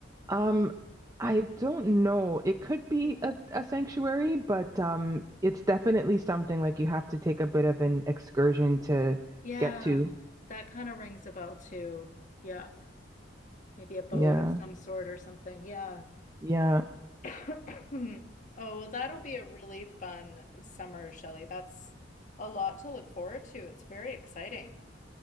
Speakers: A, on the right; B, on the left.
A: Um, I don't know. It could be
B: Yeah.
A: a, a sanctuary, but um, it's definitely something like you have to take a bit of an excursion to
B: Yeah.
A: get to.
B: That kind of rings a bell too. Yeah. Maybe a boat
A: Yeah.
B: of some sort or something. Yeah.
A: Yeah.
B: <coughs> Oh, well, that'll be a really fun summer, Shelley. That's a lot to look forward to. It's very exciting. <laughs>